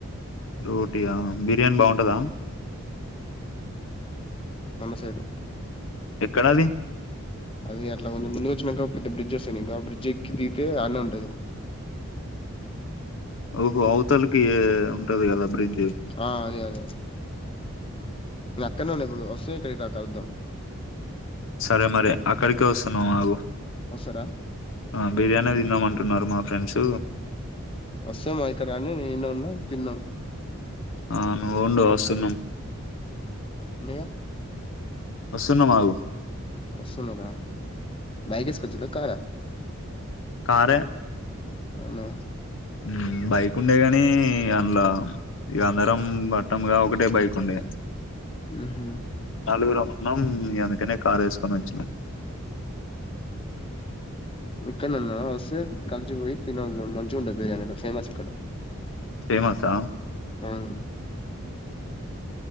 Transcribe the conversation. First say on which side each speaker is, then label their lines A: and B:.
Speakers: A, on the left (about 60°); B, on the left (about 25°).
A: రోటీయా బిర్యానీ బాగుంటదా
B: తేడు
A: ఎక్కడ అది
B: అది అట్లా కొంచెం ముందుకు వచ్చినంక పెద్ద బ్రిడ్జ్ వస్తుంది ఇంకా ఆ బ్రిడ్జ్ ఎక్కి దిగితే ఆడనే ఉంటది
A: ఓహో అవుతలకి ఎ టది కదా బ్రిడ్జ్
B: ఆ అదే అదే నే అక్కన్నే ఉన్నా ఇప్పుడు వస్తే ఇక్కడికి దా కలుద్దాం
A: సరే మరి అక్కడికే వస్సున్నాం ఆగు
B: వస్సారా
A: ఆ బిర్యానీ తిందాం అంటున్నారు మా ఫ్రెండ్స్
B: వస్తే మా ఇక్కరాండి నేను ఇడినే ఉన్నా తిందాం
A: ఆ నువ్వు ఉండు వస్తున్నాం
B: అన్నయ
A: వస్తున్నమాగు
B: వస్తున్నారా బైక్ ఏస్కోవచ్చిండ్రా కార
A: కారే
B: అవునా
A: హ్మ్మ్ బైక్ ఉండే గాని అందులో ఇ అందరం పట్టం ఒకటే బైక్ ఉండే
B: డార్క్ డార్క్ గ్రీన్ తరువాత బాగా ఎండిపోతే ఇంక ఎల్లోఇష్ గ ఉంది
A: నలుగరం ఉన్నాం ఇగ అందుకనే కార్ ఏసుకొని వచ్చినాం
B: మి అక్కనన్న వస్తే కలిసిపోయి తినివద్దామ్ మంచిగుంటది బిరియానిలు ఫేమస్ ఇక్కడ
A: ఫేమస్సా
B: <unintelligible>